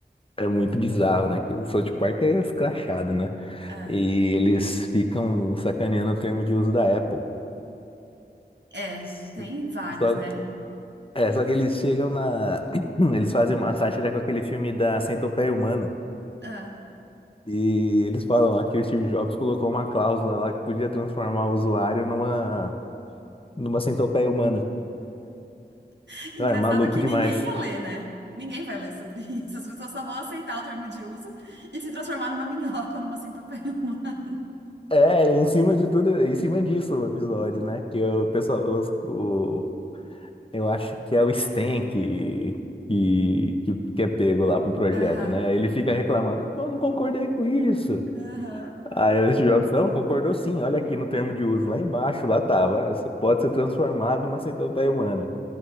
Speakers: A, on the left (about 30°); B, on the right (about 80°).
A: é muito bizarro, né? Que o South Park é escrachado, né?
B: Ah,
A: E eles ficam sacaneando o termo de uso da Apple.
B: é,
A: S-
B: tem vários,
A: Só,
B: né?
A: é, só que eles chegam na. <clears throat> Eles fazem uma sátira com aquele filme da Centopeia Humana.
B: Ah,
A: E eles falam lá que o Steve Jobs colocou uma cláusula lá que podia transformar o usuário numa, numa centopeia humana.
B: <laughs> engraçado
A: Ah, é maluco
B: que
A: demais.
B: ninguém ia ler, né? Ninguém vai ler sobre <laughs> isso. As pessoas só vão aceitar o termo de uso e se transformar numa minhoca ou numa centopeia humana.
A: É, e em cima de tudo, em cima disso o episódio, né? Que o pessoal, os- o Eu acho que é o Sten que, que, que, que é pego lá pro projeto,
B: <laughs> Aham,
A: né? Ele fica reclamando, ah, mas eu não concordei com isso.
B: aham.
A: Aí o Steve Jobs, não, concordou sim, olha aqui no termo de uso, lá embaixo, lá tava. Você pode ser transformado numa centopeia humana.